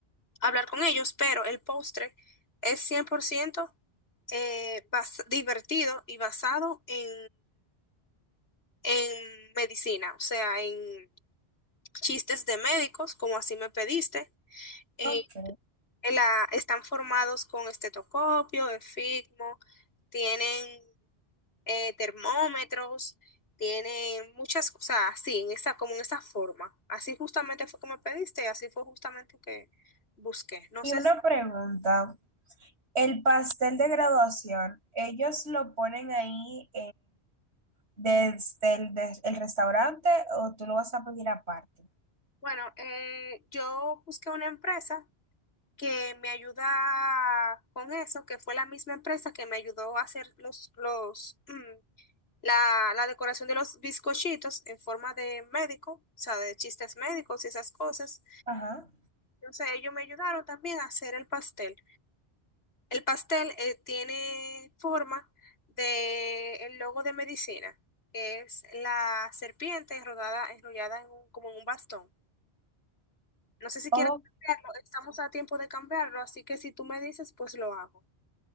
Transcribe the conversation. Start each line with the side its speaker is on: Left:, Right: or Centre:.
Left: hablar con ellos, pero el postre es 100% eh, bas- divertido y basado en en medicina, o sea, en chistes de médicos, como así me pediste. Eh,
Right: Ok.
Left: en la- están formados con estetoscopio, efigmo, tienen eh, termómetros, tienen muchas cosas así, en esa, como en esa forma. Así justamente fue que me pediste y así fue justamente que busqué. No
Right: Y
Left: sé
Right: una
Left: si-
Right: pregunta. El pastel de graduación, ¿ellos lo ponen ahí desde el, des- el restaurante o tú lo vas a pedir aparte.
Left: Bueno, eh, yo busqué una empresa que me ayuda con eso, que fue la misma empresa que me ayudó a hacer los, los, <clears throat> mm, la, la decoración de los bizcochitos en forma de médico, o sea, de chistes médicos y esas cosas.
Right: Ajá.
Left: Entonces ellos me ayudaron también a hacer el pastel. El pastel eh, tiene forma de el logo de medicina, que es la serpiente rodada, enrollada en un- como en un bastón. No sé si
Right: Ok.
Left: quieres cambiarlo, estamos a tiempo de cambiarlo, así que si tú me dices, pues lo hago.